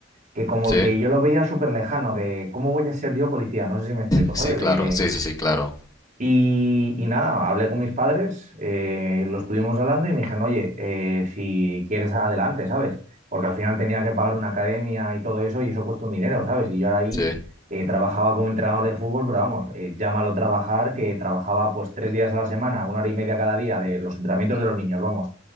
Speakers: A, on the right; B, on the left.
A: que como
B: sí,
A: que yo lo veía súper lejano de cómo voy a ser yo policía, no sé si me explico,
B: sí,
A: ¿sabes?
B: claro,
A: De...
B: sí, sí, sí, claro,
A: Y, y nada, hablé con mis padres, eh, lo estuvimos hablando y me dijeron, oye, eh, si quieres adelante, ¿sabes? Porque al final tenía que pagar una academia y todo eso y eso cuesta un dinero, ¿sabes? Y yo ahora ahí
B: sí,
A: eh, trabajaba como entrenador de fútbol, pero vamos, eh, llámalo trabajar, que trabajaba pues tres días a la semana, una hora y media cada día de los entrenamientos de los niños, vamos.